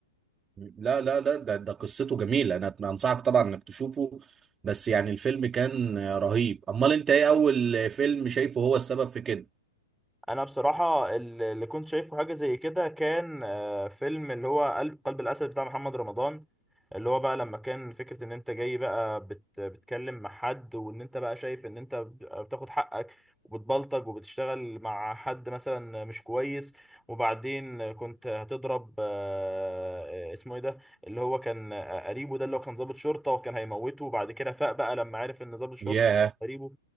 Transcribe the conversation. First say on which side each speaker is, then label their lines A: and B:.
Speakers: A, on the right; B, in the centre.
A: لا لا لا ده ده قصته جميلة انا انصحك طبعا انك تشوفه بس يعني الفيلم كان آه، رهيب امال انت ايه اول فيلم شايفه هو السبب في كده
B: انا بصراحه ال- اللي كنت شايفه حاجه زي كده كان آه، فيلم اللي هو قلب قلب الاسد بتاع محمد رمضان اللي هو بقى لما كان فكره ان انت جاي بقى بت بتكلم مع حد وان انت بقى شايف ان انت بتاخد حقك وبتبلطج وبتشتغل مع حد مثلا مش كويس وبعدين كنت هتضرب آه، اسمه ايه ده اللي هو كان قريبه ده اللي هو كان ضابط شرطه وكان هيموته وبعد كده فاق بقى لما عرف ان ضابط الشرطه
A: ياه
B: ده قريبه